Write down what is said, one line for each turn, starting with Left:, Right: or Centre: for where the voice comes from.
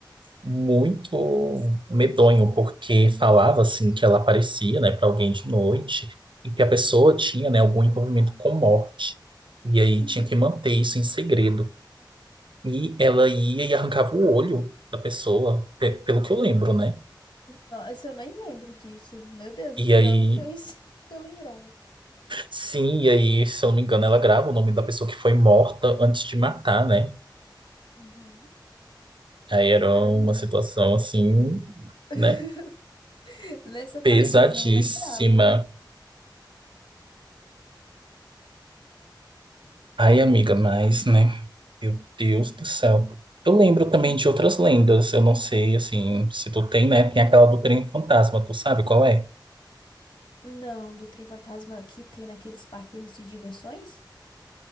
Right: muito medonho, porque falava assim que ela aparecia, né, para alguém de noite e que a pessoa tinha, né, algum envolvimento com morte. E aí
Left: Uhum.
Right: tinha que manter isso em segredo. E ela ia e arrancava o olho da pessoa, pe- pelo que eu lembro, né?
Left: Nossa, eu nem lembro disso. Meu Deus,
Right: E
Left: é pior
Right: aí,
Left: do que eu, <laughs> isso que eu lembrava.
Right: sim, e aí, se eu não me engano, ela grava o nome da pessoa que foi morta antes de matar, né?
Left: Uhum.
Right: Aí era
Left: Caramba.
Right: uma situação assim,
Left: <laughs>
Right: né?
Left: Nessa parte
Right: Pesadíssima.
Left: eu não lembrava.
Right: Ai, amiga, mas, né? Meu Deus do céu. Eu lembro também
Left: <laughs>
Right: de outras lendas. Eu não sei, assim, se tu tem, né? Tem aquela do trem fantasma, tu sabe qual é?
Left: Não, do trem fantasma que tem naqueles parques de diversões?